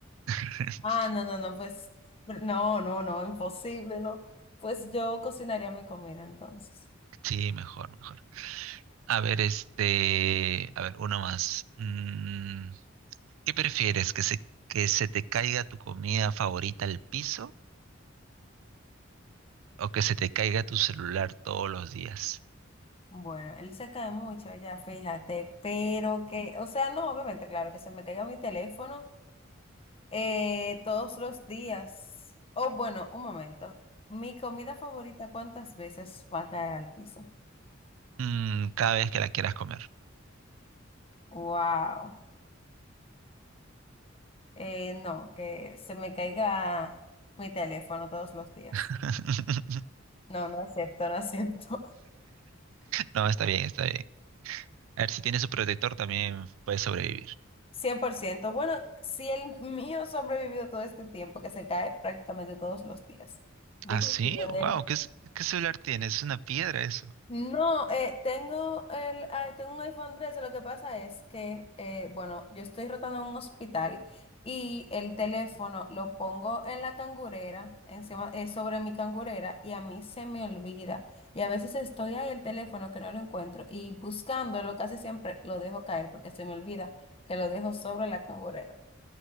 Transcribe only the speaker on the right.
<laughs>
Sí, mejor, mejor. A ver, este, a ver, uno más. Mm, ¿qué prefieres? ¿Que se, que se te caiga tu comida favorita al piso o que se te caiga tu celular todos los días?
Mm, cada vez que la quieras comer.
<laughs>
No, está bien, está bien. A ver, si tiene su protector también puede sobrevivir.
Ah,
sí,
wow,
¿qué, es- qué celular tiene? Es una piedra eso.